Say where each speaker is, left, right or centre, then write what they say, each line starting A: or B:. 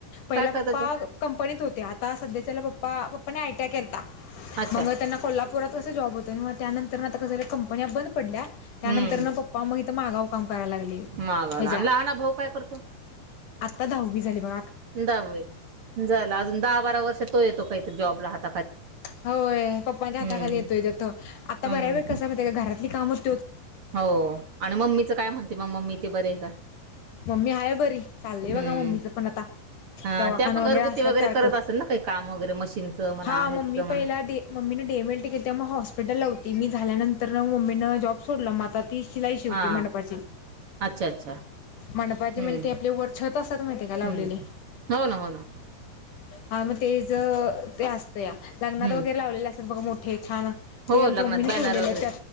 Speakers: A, on the left (about 60°); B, on the right (about 55°).
A: पहिला
B: काय करतात
A: पप्पा
B: जॉब?
A: कंपनीत होते आता सध्याच्याला पप्पा आटीआय केलता
B: अच्छा
A: मग त्यांना कोल्हापुरात कसं जॉब होतं आणि मग त्यानंतर म आता कसंरी कंपन्या बंद पडल्या. त्यानंतर
B: हम्म
A: ना पप्पा मग इथं मागाव काम करायला लागले
B: मागाला
A: हच्यात
B: आणि लहाना भाऊ काय करतो?
A: आत्ता दहावी झाली बघ.
B: दहा झाला अजून दहा बारा वर्ष तो येतो काहीतरी जॉबला हात.
A: होय पप्पांच्या हाताखाली
B: हम्म
A: येतोय त्याथ आता
B: हम्म
A: बऱ्या वेळ कस मा का घरातली कामच
B: हो आणि मम्मीचं काय म्हणते मग मम्मी ते बरे आहे का?
A: मम्मी हाय बरी चाललय
B: हम्म.
A: बघा मम्मीचं पण आता.
B: हा
A: दवाखाना
B: त्या पण घरगुती
A: वगैरे असतात सारख
B: करत असेल ना काही काम वगैरे मशीनचं म्हणा
A: हा
B: हेच
A: मम्मी
B: म्हणा.
A: पहिला ममी डेमेल तिके ते मग हॉस्पिटल लावती मी झाल्यानंतर मम्मीनं जॉब सोडला म आता तीसचीिलाई शिवती
B: हा
A: मंडपाची
B: अच्छा अच्छा
A: मंडपाचे
B: हम्म
A: म्हणजे ते आपले वर छत असात माहिते का लावलेले.
B: हम्म. हो ना हो ना
A: हा मग तेच ते असत या लग्नात
B: हम्म
A: वगैरे लावलेले असतात बघ मोठे छान
B: हो
A: ते आमच्या
B: लग्नात
A: मम्मीने
B: बॅनर
A: शिवलेले
B: वगैरे
A: आहेत